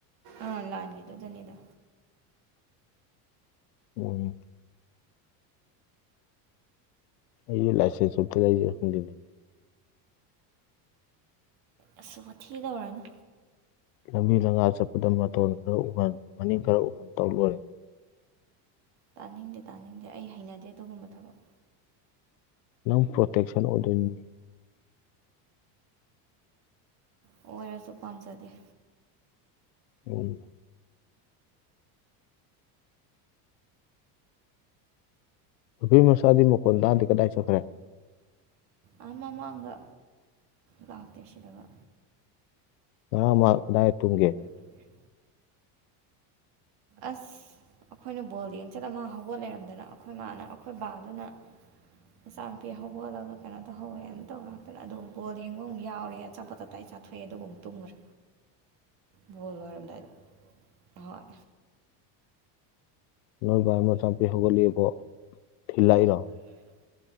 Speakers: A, on the right; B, on the left.
A: ꯑ ꯂꯥꯟꯒꯤꯗꯨꯗꯅꯤꯗꯥ
B: ꯎꯝ ꯑꯩꯖꯨ ꯂꯥꯏꯁꯦꯟꯁ ꯑꯝꯇ ꯂꯩꯖꯤꯔ ꯈꯪꯗꯦꯅꯦ
A: ꯑꯁ ꯋꯥꯊꯤ ꯇꯧꯔꯅꯨ
B: ꯂꯝꯕꯤ ꯂꯪꯒꯥꯥꯡ ꯆꯠꯄꯗ ꯃꯇꯣꯟ ꯈꯔ ꯎꯍꯟ ꯃꯅꯤꯡ ꯈꯔ ꯎꯍꯟ ꯇꯧ ꯂꯣꯏꯔꯦ
A: ꯇꯥꯅꯤꯡꯗꯦ ꯇꯥꯅꯤꯡꯗꯦ ꯑꯩ ꯍꯩꯅꯗꯦ ꯑꯗꯨꯒꯨꯝꯕ ꯊꯕꯛ
B: ꯅꯪ ꯄ꯭ꯔꯣꯇꯦꯛꯁꯟ ꯑꯣꯏꯗꯣꯏꯅꯤꯅꯦ
A: ꯑꯣꯏꯔꯖꯨ ꯄꯥꯝꯖꯗꯦ
B: ꯎꯝ ꯅꯨꯄꯤꯃꯆꯥꯗꯤ ꯃꯈꯣꯟ ꯇꯥꯗꯦ ꯀꯗꯥꯏ ꯆꯠꯈꯔꯦ
A: ꯑꯥ ꯃꯃꯥꯡꯗ ꯂꯥꯛꯇꯦ ꯁꯤꯗꯒ
B: ꯉꯔꯥꯡ ꯃꯥ ꯀꯗꯥꯏ ꯇꯨꯝꯒꯦ
A: ꯇꯨꯝꯒꯦ ꯑꯁ ꯑꯈꯣꯏꯅ ꯕꯣꯜ ꯌꯦꯡ ꯆꯠꯂ ꯃꯥ ꯍꯧꯒꯠ ꯂꯩꯔꯝꯗꯅ ꯑꯈꯣꯏ ꯃꯥꯅ ꯑꯈꯣꯏꯕꯥꯗꯨꯅ ꯃꯆꯥꯅꯨꯨꯄꯤ ꯍꯧꯒꯣꯠꯂꯒ ꯀꯩꯅꯣ ꯇꯧꯍꯧꯑꯦꯅ ꯇꯧꯔꯥꯛꯇꯅ ꯑꯗꯨꯒ ꯕꯣꯜ ꯌꯦꯡꯕ ꯑꯃꯨꯛ ꯌꯥꯎꯔꯦ ꯑꯆꯥꯄꯣꯠ ꯇꯞ ꯇꯥꯏ ꯆꯥ ꯊꯣꯛꯑꯦ ꯑꯗꯨꯒ ꯑꯃꯨꯛ ꯇꯨꯝꯒꯔꯦ ꯕꯣꯜ ꯂꯣꯏꯔꯝꯗꯥꯏꯗ ꯑꯍꯣꯏ
B: ꯅꯣꯏ ꯕꯥ ꯃꯆꯥꯅꯨꯄꯤ ꯍꯧꯒꯠꯂꯦꯕꯣ ꯊꯤꯜꯂꯛꯏꯔꯣ
A: ꯊꯤꯂꯛꯏꯔꯣ